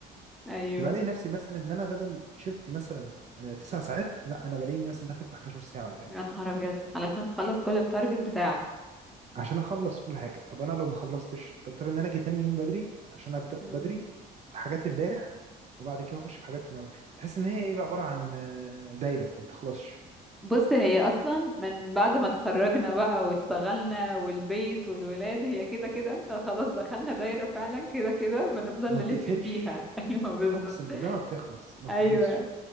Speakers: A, in the centre; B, on the right.
A: ايوه
B: فبلاقي نفسي مثلا ان انا بدل شفتي مثلا آه، تسع ساعات لا انا بلاقي نفسي مثلا داخل في 11 ساعه ولا حاجه
A: يا نهار ابيض علشان تخلص كل التارجت بتاعك
B: عشان اخلص كل حاجه طب انا لو ما خلصتش بضطر ان انا اجي تاني يوم بدري عشان ابدا
A: مم.
B: بدري حاجات امبارح وبعد كده اخش في حاجات النهارده تحس ان هي ايه بقى عباره عن آه، دايره ما بتخلصش
A: بص هي اصلا من بعد ما اتخرجنا بقى واشتغلنا والبيت والولاد هي كده كده انت خلاص دخلنا دايرة فعلا كده كده بنفضل
B: ما
A: نلف
B: بتقفلش
A: فيها <laughs> ايوه بالظبط
B: اقسم بالله ما بتخلص ما
A: ايوه
B: بتخلصش